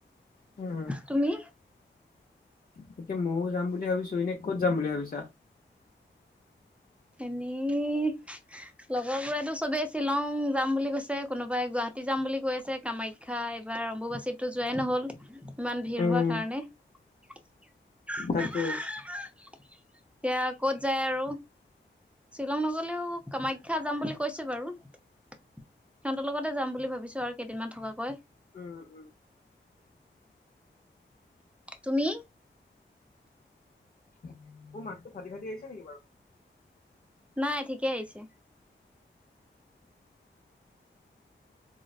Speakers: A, on the left; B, in the centre.
A: উম
B: তুমি?
A: তাকে ময়ো যাম বুলি ভাবিছোঁ এনে কত যাম বুলি ভাবিছা
B: এনেই লগৰবোৰেতো চবেই শ্বিলং যাম বুলি কৈছে কোনোবাই গুৱাহাটী যাম বুলি কৈ আছে কামাখ্যাই এইবাৰ অম্বুবাচিততো যোৱাই নহ'ল ইমান ভিৰ
A: উম
B: হোৱাৰ কাৰণে এতিয়া
A: তাকে।
B: ক'ত যায় আৰু শ্বিলং নগলেও কামাখ্যা যাম বুলি কৈছে বাৰু সিহঁতৰ লগতে যাম বুলি ভাবিছো আৰু কেইদিনমান থকাকৈ
A: উম উম।
B: তুমি
A: মোৰ মাতটো ফাটি ফাটি আহিছে নেকি বাৰু
B: নাই ঠিকে আহিছে।